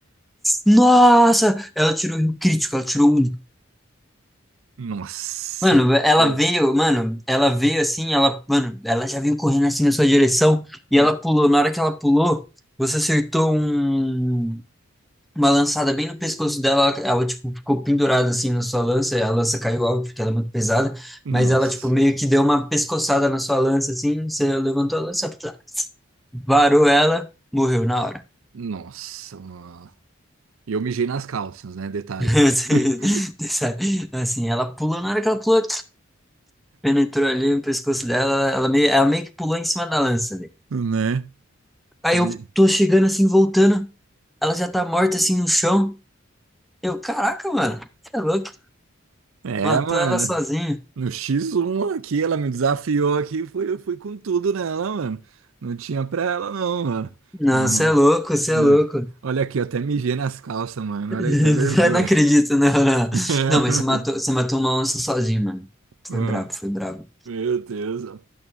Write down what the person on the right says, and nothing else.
Nossa,
meu
Deus.
Nossa.
Nossa, nossa. E eu mijei nas calças, né? Detalhe.
<laughs>
Né?
De-
É,
mano.
No X1 aqui, ela me desafiou aqui, fui, eu fui com tudo nela, mano. Não tinha pra ela, não, mano.
Não,
mano.
Né?
Olha aqui, eu até mijei nas calças, mano.
Olha aí, até vergonha.
<laughs>
Ah,
Meu Deus, ó.